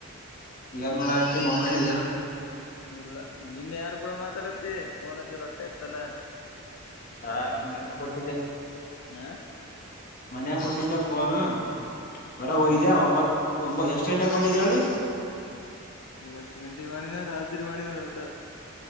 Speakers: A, on the left (about 40°); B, on the left (about 75°).
A: ಏನ್ ಮಾಡಕತಿ ಮಕ್ಕೊಂಡಿದ.
B: ಇಲ್ಲ ನಿನ್ ಯಾರ್ ಕೂಡ ಮಾತಾಡತಿ ಫೋನಜರು ಹೂಟ್ಟೆ ಎತ್ತಲ್ಲ.
A: ಹಾ ನಿಮ್ ಮನಿ ಕೊಟಿದೆ.
B: ಹ
A: ಮನ್ಯಾಗೆ ಕೊಟ್ಟಿದ್ದೆ ಫೋನ್ ಹೊರಗೆ ಹಯ್ದ ಒಂಬತ್ ತವಂಬ ಎಷ್ಟ ಗಂಟೆಗ್ ಮಾಡಿದರ್ ಹೇಳಿ.
B: ನೀ ಎಷ್ಟ ಗಂಟಿಗ್ ಮಾಡಿದ ರಾತ್ರಿ ಮಾಡಿದ ವಟ್ಟಾ.